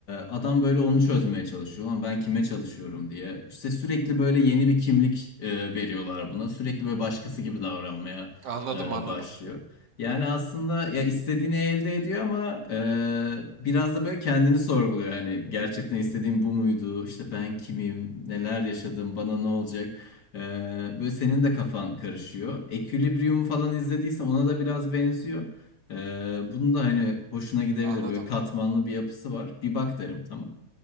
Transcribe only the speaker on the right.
Anladım
anladım.
Anladım.